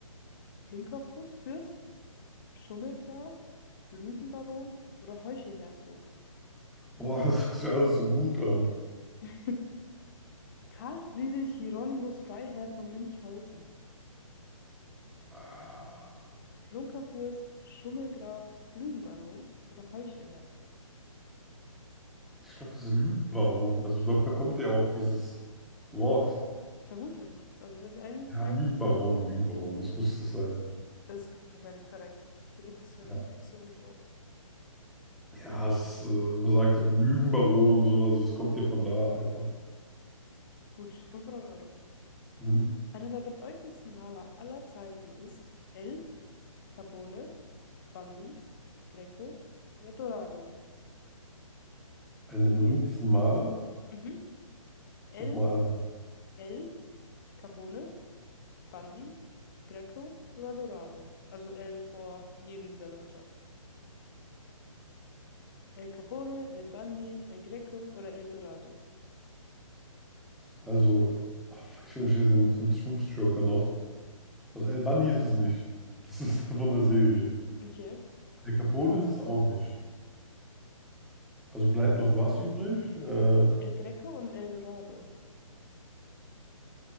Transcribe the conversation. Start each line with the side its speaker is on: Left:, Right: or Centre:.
Left: Flinkerfuß, Fürst, Schummelgraf, Lügenbaron oder Heuchelherzog?
Centre: Boah, <laughs> das hört sich alles so gut an.
Left: <laughs> Karl Friedrich Hieronymus Freiherr von Münchhausen.
Centre: Ah,
Left: Flunkerfürst, Schummelgraf, Lügenbaron oder Heuchelherzog?
Centre: Ich glaube, das ist Lügenbaron. Also dafür kommt ja auch dieses Wort.
Left: Vermutlich. Also soll ich ein,
Centre: Ja,
Left: ein...
Centre: Lügenbaron, Lügenbaron, das muss das sein.
Left: Das ist tatsächlich korrekt. Zum Glück hast du
Centre: Ja,
Left: deine Intuition geglaubt.
Centre: ja es, äh, man sagte, du Lügenbaron, so, also es kommt ja von da einfach.
Left: Gut, 500 Euro.
Centre: Mhm.
Left: Einer der bedeutendsten Maler aller Zeiten ist El Capone, Bundy, Greco oder Dorado.
Centre: Einer der berühmtesten Maler,
Left: Mhm. El,
Centre: nochmal, Al-
Left: El Capone, Bundy, Greco oder Dorado. Also El vor jedem dieser Wörter. El Capone, El Bundy, El Greco oder El Dorado.
Centre: also, ach, fuck, ich wünsche den 50-50-Joker noch. Also
Left: Mhm.
Centre: El Bundy ist es nicht. Das ist <laughs> von der Serie.
Left: Okay.
Centre: El Capone ist es auch nicht. Also bleibt noch was übrig? Äh,
Left: El Greco und El Dorado.